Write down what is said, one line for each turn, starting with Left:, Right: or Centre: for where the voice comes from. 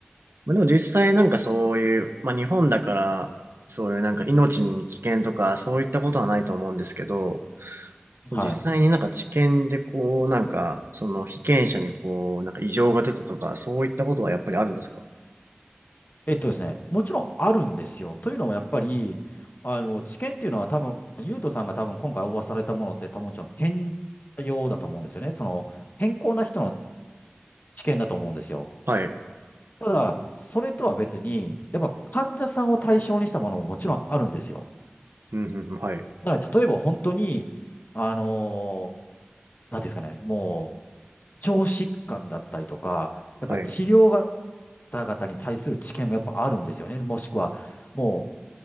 Right: まあ、でも実際なんかそういう、まあ日本だから、そういうなんか命に危険とかそういったことはないと思うんですけど、その実際になんか治験でこう、
Left: はい。
Right: なんか、その被験者にこう、なんか異常が出たとか、そういったことはやっぱりあるんですか
Left: えっとですね、もちろんあるんですよ。というのもやっぱり、あの、知見っていうのは多分、ゆうとさんが多分今回応募されたものって多分もちろん健康用だと思うんですよね。その、健康な人の知見だと思うんですよ。
Right: はい。
Left: ただ、それとは別に、やっぱ患者さんを対象にしたものももちろんあるんですよ。
Right: うん、うん、うんはい。
Left: だから例えば本当に、あの、なんていうんですかね、もう、腸疾患だったりとか、やっぱ治療が
Right: はい。
Left: 方々に対する知見もやっぱあるんですよね。もしくは、も